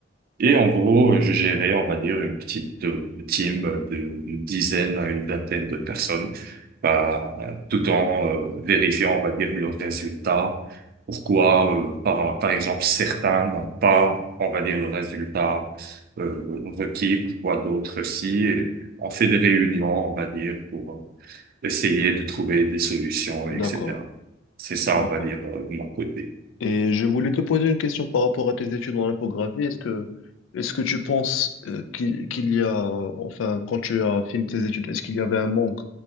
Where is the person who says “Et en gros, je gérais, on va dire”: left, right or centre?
Right